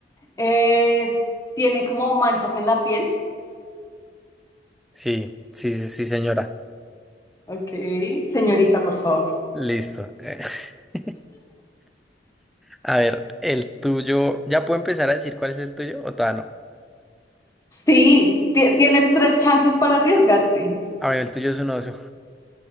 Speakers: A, on the left (about 20°); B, in the centre.
A: eh, tiene como manchas en la piel?
B: Sí, sí, sí, sí, señora.
A: Ok, señorita, por favor.
B: Listo. <laughs> A ver, el tuyo, ¿ya puedo empezar a decir cuál es el tuyo o todavía no?
A: Sí, ti- tienes tres chances para arriesgarte.
B: A ver, el tuyo es un oso.